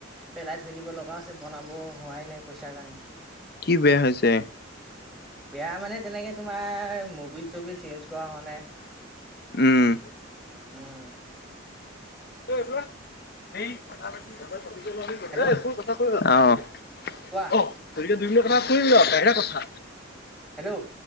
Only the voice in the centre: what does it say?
পেলাই থৈ দিব লগা হৈছে বনাব হোৱাই নাই পইচা কাৰণে।
সেয়া মানে তেনেকে তোমাৰ মবিল চব চেঞ্জ কৰা হোৱা নাই,
উম।
হেল্ল'
কোৱা
হেল্ল'।